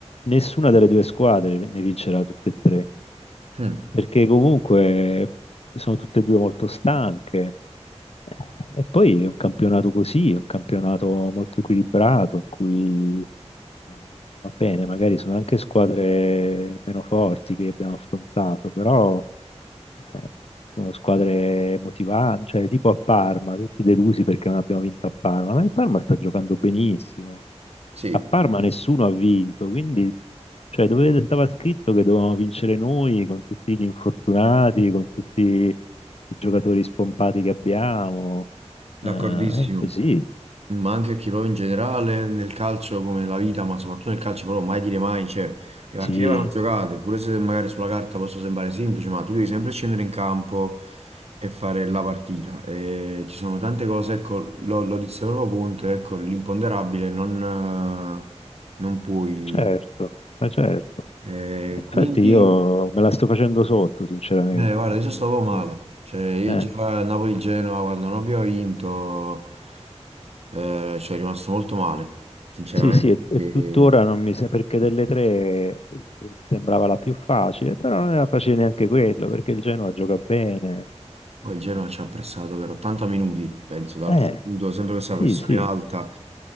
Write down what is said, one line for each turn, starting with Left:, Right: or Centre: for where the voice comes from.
Left: nessuna delle due squadre ne vincerà tutte e tre,
Right: Mm.
Left: perché comunque sono tutte e due molto stanche. Eh, E poi è un campionato così, è un campionato molto equilibrato, in cui eh, va bene, magari sono anche squadre meno forti che abbiamo affrontato, però eh, Sono squadre motivanti, cioè tipo a Parma, tutti delusi perché non abbiamo vinto a Parma, ma il Parma sta giocando benissimo.
Right: Sì,
Left: A Parma nessuno ha vinto, quindi cioè, dove stava scritto che dovevamo vincere noi con tutti gli infortunati, con tutti i giocatori spompati che abbiamo.
Right: d'accordissimo.
Left: Eh, è così,
Right: Ma anche perché proprio in generale nel calcio come la vita, ma soprattutto nel calcio proprio mai dire mai, cioè le partite
Left: sì,
Right: vanno giocate, pure se magari sulla carta possono sembrare semplici, ma tu devi sempre scendere in campo e fare la partita. E ci sono tante cose, ecco, lo, lo disse proprio Conte, ecco, l'imponderabile non, eh, non puoi.
Left: certo, ma certo.
Right: Eh,
Left: Eh, Infatti
Right: quindi
Left: io me la sto facendo sotto, sinceramente,
Right: Eh, guarda,
Left: perché
Right: io stavo male. Cioè, io
Left: eh,
Right: già a Napoli-Genova, quando non abbiamo vinto, eh, ci è rimasto molto male, sinceramente.
Left: Sì, sì, e, e
Right: E
Left: tuttora non mi sa perché delle tre eh, sembrava la più facile, però non era facile neanche quello, perché il Genoa gioca bene.
Right: poi il Genova
Left: Eh,
Right: ci ha pressato per 80 minuti, penso, dal
Left: eh,
Right: primo minuto, sempre questa pressione
Left: sì, sì,
Right: alta.